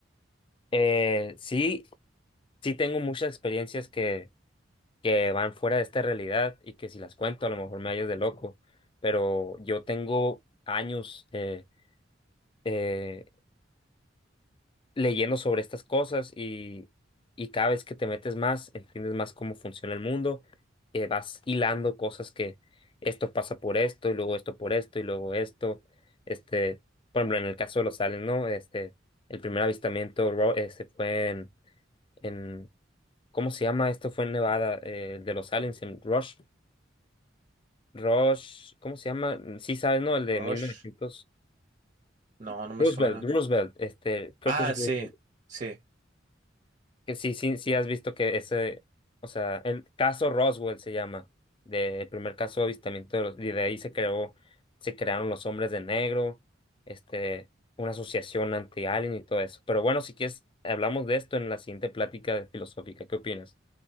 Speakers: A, on the left (about 30°); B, on the right (about 40°).
A: eh, sí, sí tengo muchas experiencias que que van fuera de esta realidad y que si las cuento a lo mejor me hallas de loco, pero yo tengo años eh, eh, leyendo sobre estas cosas y, y cada vez que te metes más, entiendes más cómo funciona el mundo, eh, vas hilando cosas que esto pasa por esto y luego esto por esto y luego esto, este, por ejemplo, en el caso de los aliens, ¿no? Este, el primer avistamiento ro- este, fue en, en, ¿cómo se llama? Esto fue en Nevada, eh, el de los aliens en Rush. Rush, ¿cómo se llama? Mm, Sí sabes, ¿no? El de
B: Rush,
A: 1900.
B: no, no me
A: Roosevelt,
B: suena.
A: Roosevelt, este, creo
B: Ah,
A: que es
B: sí,
A: Roosevelt.
B: sí,
A: Que sí, sí, sí has visto que ese, o sea, el caso Roswell se llama, de, el primer caso de avistamiento de los, y de ahí se creó, se crearon los hombres de negro, este, una asociación anti-alien y todo eso. Pero bueno, si quieres, hablamos de esto en la siguiente plática de filosófica. ¿Qué opinas?